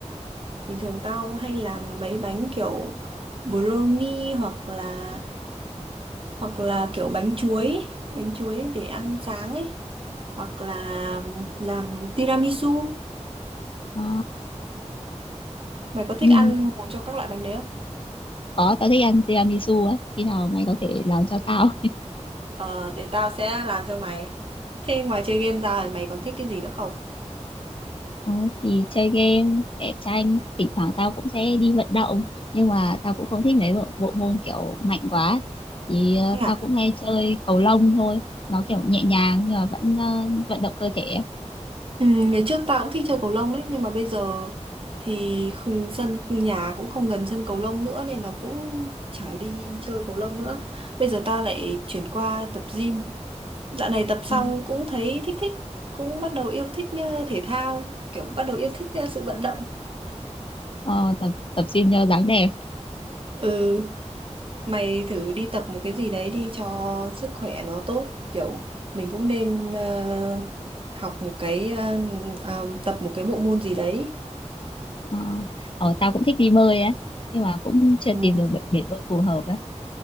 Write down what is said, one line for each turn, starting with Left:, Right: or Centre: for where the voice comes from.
Right: Bình thường tao hay làm mấy bánh kiểu brownie hoặc là hoặc là kiểu bánh chuối, ấy, bánh chuối để ăn sáng ấy hoặc là làm tiramisu.
Left: Ờ,
Right: Mày có thích
Left: ừm,
Right: ăn một trong các loại bánh đấy không?
Left: có tao thích ăn tiramisu ấy khi nào mày có thể làm cho tao
Right: Ờ, thì tao sẽ làm cho mày. Thế ngoài chơi game ra thì mày còn thích cái gì nữa không?
Left: Ừ, thì chơi game, vẽ tranh, thỉnh thoảng tao cũng sẽ đi vận động nhưng mà tao cũng không thích mấy bộ, bộ môn kiểu mạnh quá thì ờ,
Right: Thế à?
Left: tao cũng hay chơi cầu lông thôi nó kiểu nhẹ nhàng nhưng mà vẫn ờ, vận động cơ thể ấy.
Right: Ừ, ngày trước tao cũng thích chơi cầu lông đấy, nhưng mà bây giờ thì khung- sân nhà cũng không gần sân cầu lông nữa nên là cũng chẳng đi chơi cầu lông nữa. Bây giờ tao lại chuyển qua tập gym. Dạo này tập xong
Left: Ừ.
Right: cũng thấy thích thích, cũng bắt đầu yêu thích ờ, thể thao, kiểu bắt đầu yêu thích ờ, sự vận động.
Left: Ờ, tập tập gym cho dáng đẹp
Right: Ừ. Mày thử đi tập một cái gì đấy đi cho sức khỏe nó tốt. Kiểu mình cũng nên ờ, học một cái ờ, ờ, tập một cái bộ môn gì đấy.
Left: ờ, ờ, tao cũng thích đi bơi ấy nhưng mà cũng
Right: Ừ.
Left: chưa tìm được bể, bể bơi phù hợp ấy